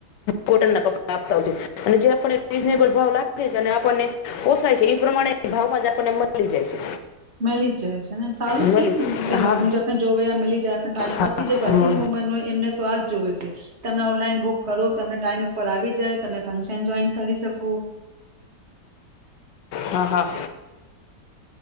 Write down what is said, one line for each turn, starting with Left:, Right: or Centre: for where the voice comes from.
Left: કોટ ના કપડા આપતા હોય અને જે આપણને રીઝનેબલ ભાવ લાગે છે અને આપણને પોસાય છે એ પ્રમાણે ભાવમાં જ આપણને મળી જાય છે.
Right: મેલી જ જાય છે ને સારું
Left: મળી
Right: છે જેમ
Left: હા
Right: આપણે <unintelligible> જોવ મીલી જાય ટાઈમ ઉપર
Left: હા
Right: છ જે વર્કિંગ
Left: હા
Right: વુમેન હોય એમને તો આ જ જોવે છે તમે ઓનલાઈન બુક કરો તમે ટાઈમ ઉપર આવી જાય તમે ફંક્શન જોઈન કરી શકો
Left: હા હા.